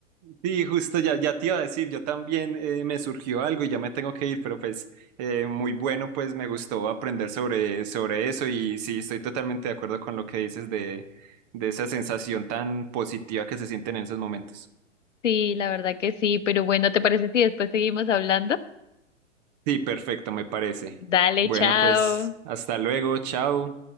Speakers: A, on the right; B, on the left.
A: Sí, justo ya, ya te iba a decir, yo también eh, me surgió algo y ya me tengo que ir, pero pues eh, muy bueno, pues me gustó aprender sobre, sobre eso y sí, estoy totalmente de acuerdo con lo que dices de, de esa sensación tan positiva que se sienten en esos momentos.
B: Sí, la verdad que sí, pero bueno, ¿te parece si después seguimos hablando?
A: Sí, perfecto, me parece.
B: Dale,
A: Bueno,
B: chao.
A: pues hasta luego, chao.